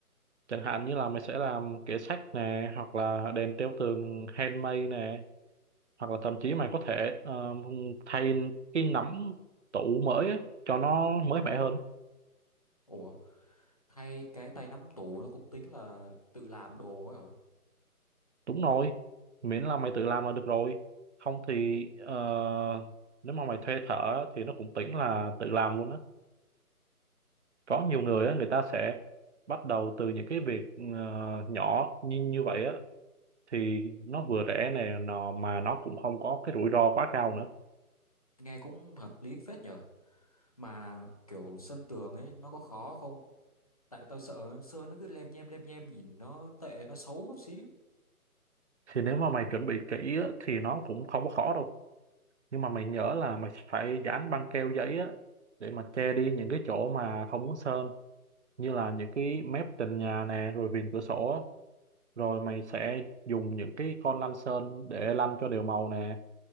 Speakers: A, on the right (about 50°); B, on the left (about 25°).
A: chẳng hạn như là mày sẽ làm kệ sách nè hoặc là đèn treo tường handmade nè hoặc là thậm chí mày có thể ờ, thay cái nắm tủ mới á, cho nó mới mẻ hơn
B: Ủa thay cái tay nắm tủ nó cũng tính là tự làm đồ ấy hả?
A: đúng rồi miễn là mày tự làm là được rồi không thì ờ, nếu mà mày thuê thợ thì nó cũng tính là tự làm luôn á có nhiều người á người ta sẽ bắt đầu từ những cái việc ờ, nhỏ như như vậy á thì nó vừa rẻ nè nó mà nó cũng không có cái rủi ro quá cao nữa
B: Nghe cũng hợp lý phết nhở. Mà kiểu sơn tường ấy nó có khó không? Tại tao sợ sơn nó cứ lem nhem lem nhem nhìn nó tệ nó xấu xí.
A: thì nếu mà mày chuẩn bị kỹ á thì nó cũng không có khó đâu nhưng mà mày nhớ là mày phải dán băng keo giấy á để mà che đi những cái chỗ mà không muốn sơn như là những cái mép tường nhà nè rồi viền cửa sổ á. rồi mày sẽ dùng những cái con lăn sơn để lăn cho đều màu nè